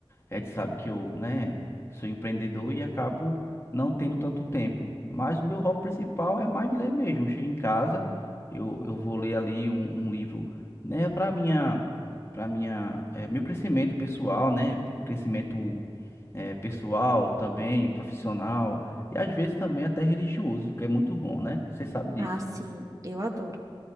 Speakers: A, on the left; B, on the right.
A: É, tu sabe que eu, né, sou empreendedor e acabo não tendo tanto tempo. Mas o meu hobby principal é mais ler mesmo. Eu chego em casa, eu, eu vou ler ali um, um livro, né, pra minha, pra minha, é, meu crescimento pessoal, né? Crescimento é, pessoal também, profissional e às vezes também até religioso, que é muito bom, né? Você sabe disso,
B: Ah, sim, eu adoro.